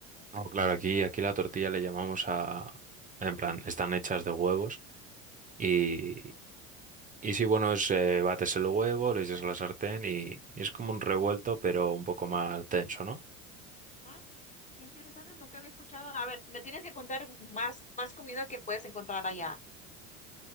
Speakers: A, on the right; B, on the left.
A: No, claro, aquí, aquí la tortilla le llamamos a, en plan, están hechas de huevos y, y sí, bueno, es, eh, bates el huevo, le echas a la sartén y, y es como un revuelto, pero un poco más denso, ¿no?
B: Ah, mira, qué interesante, nunca había escuchado. A ver, me tienes que contar más, más comida que puedes encontrar allá.